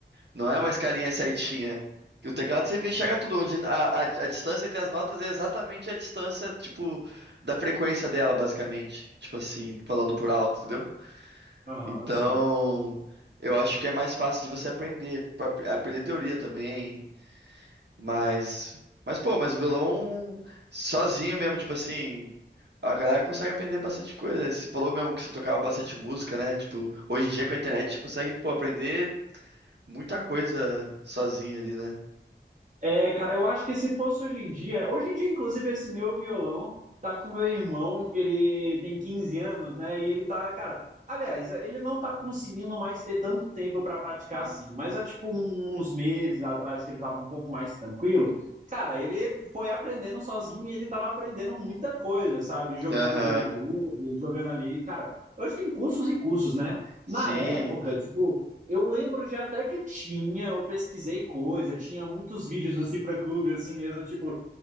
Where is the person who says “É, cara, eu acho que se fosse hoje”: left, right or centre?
Right